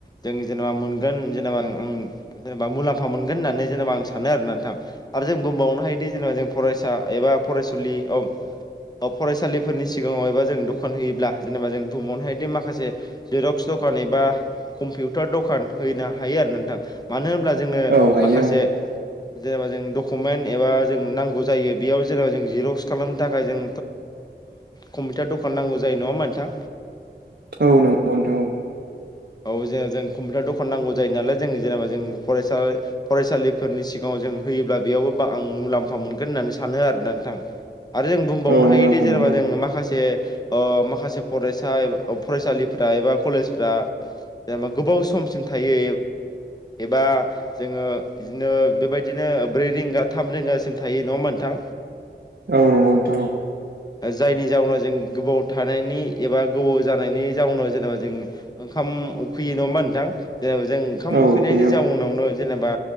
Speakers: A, on the left (about 20°); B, on the right (about 70°).
A: जों जेनेबा मोनगोन जेनेबा। जेनेबा मुलाम्फ मोनगोन होननानै जेनेबा आं सानो आरो नोंथां आरो जों बुंबावनो हायो। बि जेनेबा जों फरायसा एबा फरायसुलियाव। अ फरायसालिफोरनि सिगाङाव एबा जों दखान होयोब्ला जेनेबा जों बुबावनो हायदि माखासे जिरक्स द। दखान एबा कम्पिउटार दखान होनो हायो आरो नोंथां। मानो होनब्ला। जोंङो
B: औ हायो
A: माखासे जेनेबा जों दकमेन एबा। जोंनों नांगौ जायो बेयाव जेने बा जों जेरकस खालामनो थाखाय जों कमपिउटार दखान नांगौ जायो। नङा ओमबा नोंथां
B: औ नंगौ नोंथां
A: औ जेनबा जों कम्पिउटार दखान नांगौ जायो नालाय जों जेनेबा जों फसा फरायसालिफोरनि सिगाङाव। जों होयोब्ला बेयावबो आं मुलाम्फा मोनगोन होननानै सानो आरोना नोंथां। आरो जों बुंबावनो
B: औ
A: हायोदि
B: मुलाम्फा
A: जेनेबा
B: मोनो
A: जों माखासे ओ माखासे फरायसा फरायसालिफोर। एबा कलेजफ्रा। जेनेबा गोबाव समसिम थायो एबा जोङो बिदिनो बेबायदिनो ब्रै रिंगा थाम रिंगासिम थायो नङा ओमबा नोंथां।
B: औ नंगौ नोंथां औ
A: जायनि जाउनाव जों गोबाव थानायनि एबा गोबाव जानायनि जाउनाव जेनेबा जों ओंखाम उखैयो नङा नोंथां जेनेबा जों ओंखाम
B: औ
A: उखैनायनि
B: उखैयो
A: जाउनावनो। जेनेबा